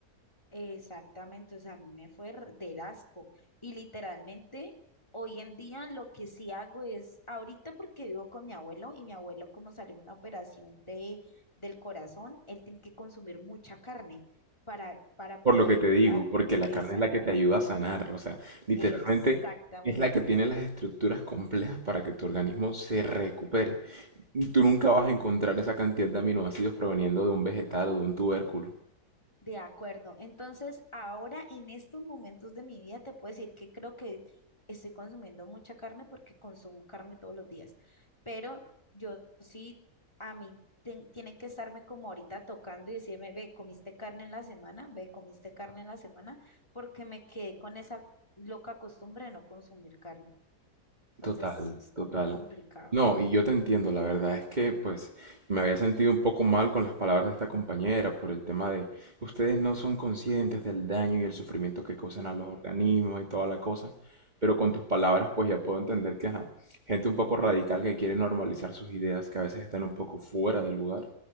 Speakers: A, on the left; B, on the right.
A: Exactamente, o sea, a mí me fue r- del asco. Y literalmente, hoy en día lo que sí hago es, ahorita porque vivo con mi abuelo y mi abuelo como salió en una operación de, del corazón, él tiene que consumir mucha carne para, para poder...
B: por lo que te digo,
A: a-
B: porque la
A: Exactamente,
B: carne es la que te ayuda a sanar. O sea, literalmente
A: exactamente.
B: es la que tiene las estructuras complejas para que tu organismo se recupere. Y tú nunca vas a encontrar esa cantidad de aminoácidos proveniendo de un vegetal o de un tubérculo.
A: De acuerdo. Entonces, ahora en estos momentos de mi vida te puedo decir que creo que estoy consumiendo mucha carne porque consumo carne todos los días. Pero yo sí, a mí ten- tienen que estarme como ahorita tocando y decirme, ve, comiste carne en la semana, ve, comiste carne en la semana, porque me quedé con esa loca costumbre de no consumir carne. Entonces,
B: Total,
A: es como
B: total.
A: complicado.
B: No, y yo te entiendo, la verdad es que pues me había sentido un poco mal con las palabras de esta compañera por el tema de ustedes no son conscientes del daño y el sufrimiento que causan a los
A: Mm,
B: organismos y toda la cosa, pero con tus palabras pues ya puedo entender que ajá, gente un poco radical que quiere normalizar sus ideas que a veces están un poco fuera de lugar